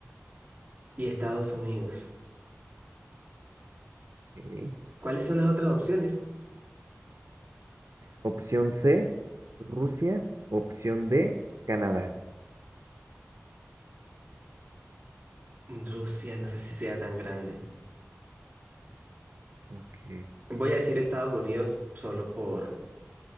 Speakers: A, on the right; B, on the right.
A: y Estados Unidos.
B: Ok.
A: ¿Cuáles son las otras opciones?
B: Opción C, Rusia. Opción D, Canadá.
A: Rusia, no sé si sea tan grande.
B: Ok.
A: Voy a decir Estados Unidos solo por,